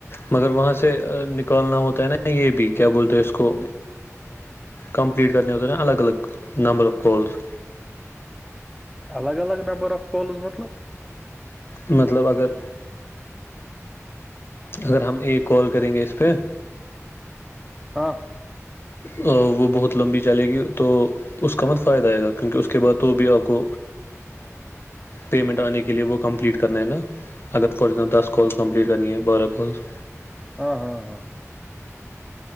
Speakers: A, on the left (about 45°); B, in the centre.
A: مگر وہاں سے نکالنا ہوتا ہے نا یہ بھی کیا بولتے ہیں اس کو کمپلیٹ کرنے ہوتا ہے نا الگ الگ نمبر آف کالز
B: الگ الگ نمبر آف کالز مطلب
A: مطلب اگر اگر ہم ایک کال کریں گے اس پہ
B: ہاں
A: وہ بہت لمبی چلے گی تو اس کا مت فائدہ آئے گا کیونکہ اس کے بعد تو بھی آپ کو پیمنٹ آنے کے لیے وہ کمپلیٹ کرنا ہے نا اگر فار ایگزامپل دس کالس کمپلیٹ کرنی ہے بارہ کالس
B: ہاں ہاں ہاں